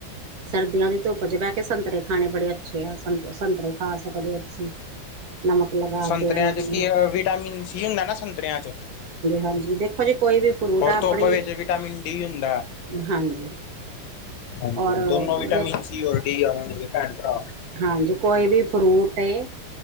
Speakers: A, on the right (about 60°); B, on the left (about 80°).
A: ਸਰਦੀਆਂ ਦੀ ਧੁੱਪ ਚ, ਬਹਿ ਕੇ ਸੰਤਰੇ ਖਾਣੇ। ਬੜੇ ਅੱਛੇ ਆ। ਸੰਤ ਸੰਤਰੇ ਖਾ ਸਕਦੇ ਹੋ ਤੁਸੀਂ। ਨਮਕ ਲਗਾ
B: ਸੰਤਰਿਆਂ
A: ਕੇ। ਜ ਹਾਂਜੀ-
B: ਚ ਕੀ ਵਿਟਾਮਿਨ ਸੀ ਹੁੰਦਾ ਨਾ ਸੰਤਰਿਆਂ ਚ
A: ਹਾਂਜੀ। ਦੇਖੋ ਜੀ, ਕੋਈ ਵੀ ਫਰੂਟ
B: ਹੋਰ
A: ਆ, ਆਪਣੀ।
B: ਧੁੱਪ ਵਿੱਚ ਵਿਟਾਮਿਨ ਡੀ ਹੁੰਦਾ
A: ਹਾਂਜੀ,
B: ਹਾਂਜੀ
A: ਔਰ
B: ਦੋਨੋ ਵਿਟਾਮਿਨ
A: ਦੇਖ।
B: ਸੀ ਔਰ ਡੀ ਆ ਜਾਣਗੇ ਭੈਣ ਭਰਾ
A: ਹਾਂਜੀ, ਕੋਈ ਵੀ ਫਰੂਟ ਏ।